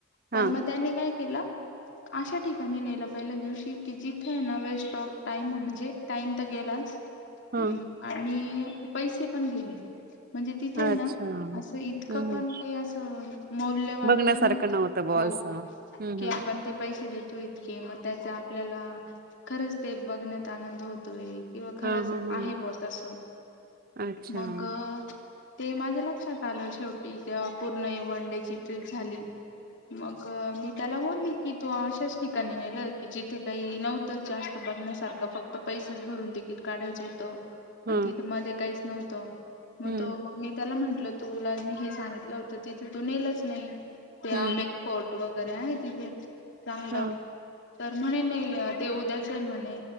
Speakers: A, on the left; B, on the right.
A: पण
B: हा
A: मगं त्यानी काय केलं, आशा ठीकाणी नेलं, पहिल्या दिवशी की जिथे आहे ना वेस्ट ऑफ टाइम म्हणजे टाईम तर गेलाच.
B: हा
A: हम्म आणि पैसे पण गेले. म्हणजे तिथे ना
B: अच्छा
A: असं इतकं
B: हम्म
A: पण काही असं मौल्यवान
B: बघण्यासारखं
A: काही नव्हतं,
B: बॉ
A: हो
B: असं हम्म
A: की
B: हम्म
A: आपण ते पैसे देतो. इतके मगं त्याचा आपल्याला खरंच ते बघण्यात आनंद होतोय. किंवा खरंच
B: हा हा हा
A: आहे बाॅस तसं
B: अच्छा
A: मग
B: हम्म
A: ते माझ्या लक्षात आलं, शेवटी पूर्ण वन डे ची ट्रीप झाली. मगं मी त्याला बोलली की, तू अशाच ठिकाणी नेलं की जिथे काही नव्हतंच, जास्त बघण्यासारखं फक्त पैसेच भरून तिकीट काढायचं होतं.
B: हा
A: आणि तिथे मध्ये काहीच नव्हं <unintelligible> मगं
B: हम्म
A: तो मी त्याला म्हणट तुला मी हे सांगितलं होत तर तिथं तून नेलच नाही. ते आमे
B: हम्म
A: फोर्टलो <unintelligible> बरे आहे तिथे, चांगलं.
B: हा
A: तर म्हणे नाही ते उद्याच आहे म्हणे,